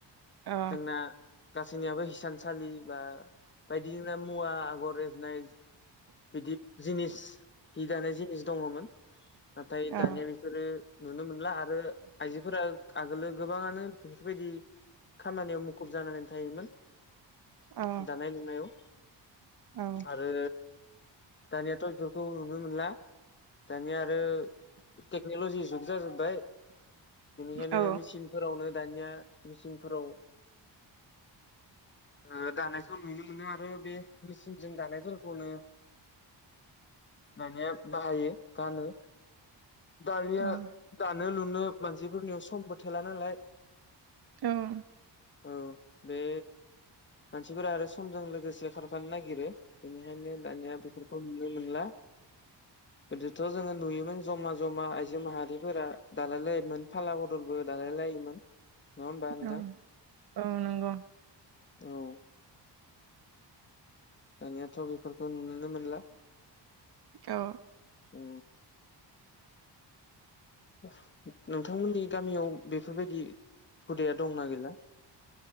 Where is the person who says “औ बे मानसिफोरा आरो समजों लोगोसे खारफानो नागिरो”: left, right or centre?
Left